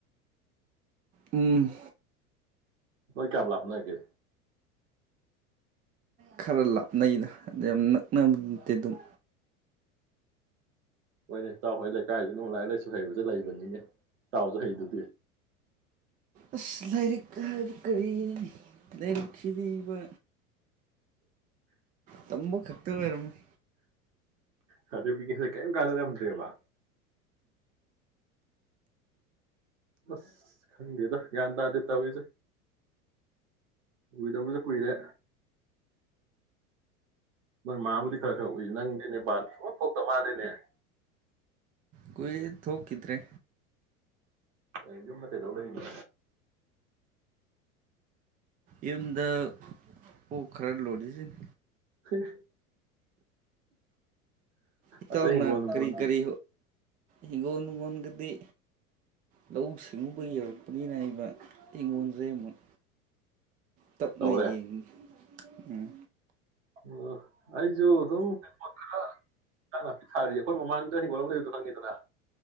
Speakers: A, on the right; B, on the right.
A: ꯎꯝ
B: ꯅꯣꯏ ꯀꯌꯥꯝ ꯂꯥꯞꯅꯒꯦ
A: ꯈꯔ ꯂꯥꯞꯅꯩꯗ ꯑꯗ ꯌꯥꯝ ꯅꯛꯅꯕ ꯅꯠꯇꯦ ꯗꯨꯝ
B: ꯍꯣꯏꯅꯦ ꯏꯇꯥꯎꯍꯣꯏ ꯂꯩꯀꯥꯏꯗꯨ <unintelligible> ꯂꯥꯏꯔꯤꯛ ꯂꯥꯏꯁꯨ ꯍꯩꯕꯁꯤ ꯂꯩꯕꯅꯤꯅꯦ ꯏꯇꯥꯎꯁꯨ ꯍꯩꯗꯨꯗꯤ
A: ꯑꯁ ꯂꯥꯏꯔꯤꯛ ꯍꯥꯏ ꯀꯔꯤꯔꯥꯅꯦ ꯅꯪ ꯁꯤꯗꯤꯕ ꯇꯝꯕ ꯈꯛꯇ ꯑꯣꯏꯔꯝ ꯃꯦ
B: ꯁꯔꯇꯤꯐꯤꯀꯦꯠ ꯍꯣꯏ ꯀꯩꯝ ꯀꯥꯅꯔꯝꯗ꯭ꯔꯦꯕ ꯑꯁ ꯈꯪꯗꯦꯗ ꯒ꯭ꯌꯥꯟ ꯇꯥꯗꯦ ꯇꯧꯔꯤꯁꯦ ꯎꯗꯕꯁꯨ ꯀꯨꯏꯔꯦ ꯅꯣꯏ ꯃꯥꯕꯨꯗꯤ ꯈꯔ ꯈꯔ ꯎꯏ ꯅꯪꯗꯤꯅꯦ ꯄꯥꯜ ꯁꯨꯡ ꯊꯣꯛ ꯊꯣꯛꯇ ꯃꯥꯜꯂꯤꯅꯦ
A: ꯀꯨꯏꯔꯦ ꯊꯣꯛꯈꯤꯗ꯭ꯔꯦ
B: ꯀꯩꯟ ꯌꯨꯝꯗ ꯀꯩꯗꯧ ꯂꯩꯔꯤꯒꯦ
A: ꯌꯨꯝꯗ ꯑꯣꯛ ꯈꯔ ꯂꯣꯏꯔꯤꯁꯤꯅꯤ
B: ꯍꯝ
A: ꯏꯇꯥꯎꯅ
B: ꯑꯇꯩ ꯍꯤꯡꯒꯣꯟ ꯅꯣꯒꯣꯟꯗꯤ
A: ꯀꯔꯤ ꯀꯔꯤ ꯍꯤꯡꯒꯣꯜ ꯂꯣꯒꯣꯜꯒꯗꯤ ꯂꯧꯎ ꯁꯤꯡꯎꯨꯕ ꯌꯧꯔꯛꯄꯅꯤꯅ ꯍꯥꯏꯕ ꯍꯤꯡꯒꯣꯜꯁꯦ ꯑꯃꯨꯛ ꯇꯞꯅ
B: ꯇꯧꯔꯦ
A: ꯌꯦꯡꯉꯤ ꯎꯝ
B: ꯎꯝ ꯑꯩꯁꯨ ꯑꯗꯨꯝ ꯄꯣꯠ ꯈꯔ ꯍꯤꯟꯖꯥꯡ ꯅꯥꯄꯤ ꯊꯥꯔꯤꯌꯦ ꯑꯩꯈꯣꯏ ꯃꯃꯥꯡꯗ ꯍꯤꯡꯒꯣꯜ ꯑꯃ ꯂꯩꯕꯗꯨ ꯈꯪꯉꯤꯗꯅ